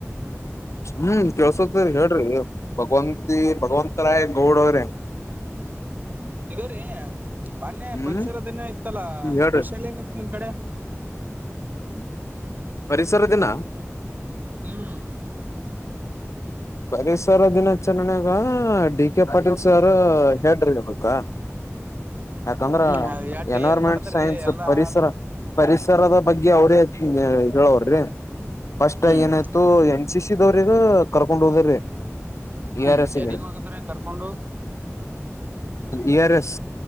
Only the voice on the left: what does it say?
ಹ್ಮ್ ಕೆೇಸತ್ ಹೇಳ್ರಿ ಭಗವಂತಿ ಭಗವಂತರಾಯ್ ಗೌಡ ಅವ್ರೇ
ಹ್ಮ್
ಹೇಳ್ರಿ
ಪರಿಸರ ದಿನ
ಪರಿಸರ ದಿನಾಚರಣೆಾಗ ಡಿ ಕೆ ಪಾಟೀಲ್ ಸರ್ ಹೇಳ್ರಿರ್ಬೇಕಾ ಯಾಕಂದ್ರ
ಎನ್ವೈರಮೆಂಟ್
ಸೈನ್ಸ್
ಪರಿಸರ ಪ ರ್ದ ಬಗ್ಗೆ ಅವ್ರೇ ಹೇಳವರ್ರಿ ಪಸ್ಟ್
ಏನಾಯ್ತು ಎನ್ ಸಿ ಸಿ ದವ್ರಿಗ <unintelligible>
ಆರ್ ಎಸ್
ಗೆ
ಇಆರ್ ಎಸ್